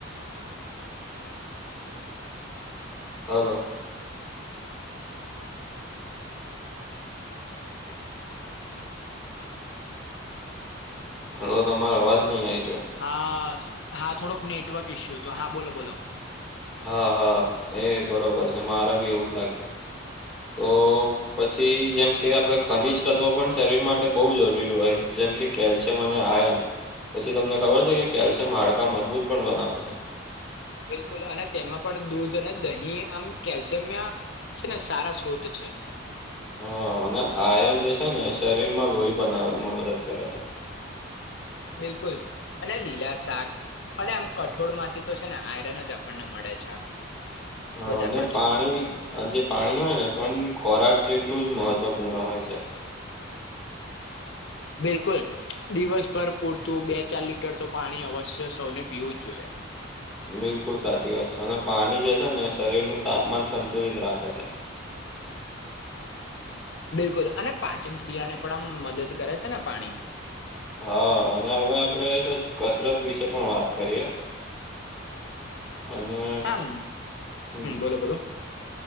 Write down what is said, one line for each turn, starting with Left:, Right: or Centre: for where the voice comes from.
Centre: હલો હ હલો તો તમારો અવાજ નઈ આજ્યો.
Left: હા હા થોડોક નેટવર્ક ઇશ્યુ હતો હા બોલો બોલો
Centre: હા હા એ બરોબર છે, મારે બી એવું જ લાગ્યુ તો પછી જેમ કે આપડે. ખનીજ તત્વો પણ શરીર માટે બહુ જરૂરી હોય જેમ કે કેલ્શિયમ અને આયન પછી તમને ખબર છે કે કેલ્શિયમ હાડકા મજબૂત પણ બનાવે છે.
Left: બિલકુલ અને તેમાં પણ દૂધ અને દહીં આમ કેલ્શિયમ છે ને સારા સ્ોત છે.
Centre: હ અને આયન જે છે ને શરીરમાં લોહી બનાવવામાં મદદ કરે છે.
Left: બિલકુલ અને લીલા શાક અને આમ કઠોળ માંથી તો છે ને આયરન જ આપણને મળે છે, આમ
Centre: હા
Left: વધારે
Centre: અને
Left: પડતું
Centre: પાણી. આ જે પાણી હોય ને પણ ખોરાક જેટલું જ મહત્વપૂર્ણ હોય છે.
Left: બિલકુલ દિવસભર પૂરતું બે ચાર લીટર તો પાણી અવશ્ય સૌને પીવું જ જોઈએ.
Centre: બિલકુલ સાચી વાત છે અને પાણી જે છે ને એ શરીર નું તાપમાન સંતુલિત રાખે છે.
Left: બિલકુલ અને પાચન ક્રિયા ને પણ આમ મદદ કરે છેને, પાણી
Centre: હા અને હવે આપણે છે, કસરત વિશે પણ વાત કરીએ અને
Left: આમ
Centre: હમ
Left: બોલો બોલો